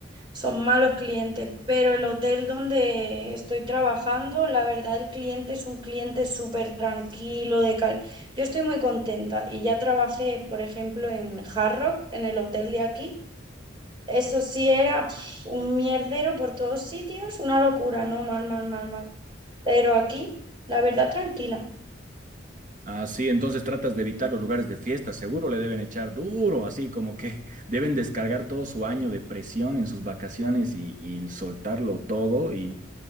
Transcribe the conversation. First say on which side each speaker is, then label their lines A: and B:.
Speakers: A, on the right; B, on the right.
A: son malos clientes, pero el hotel donde estoy trabajando, la verdad el cliente es un cliente súper tranquilo, de cal... Yo estoy muy contenta y ya trabajé, por ejemplo, en Hard Rock, en el hotel de aquí. Eso sí era pf, un mierdero por todos sitios, una locura, ¿no? Mal, mal, mal, mal. Pero aquí, la verdad, tranquila.
B: Ah, sí, entonces tratas de evitar los lugares de fiesta, seguro le deben echar duro, así como que <laughs> deben descargar todo su año de presión en sus vacaciones y, y soltarlo todo y,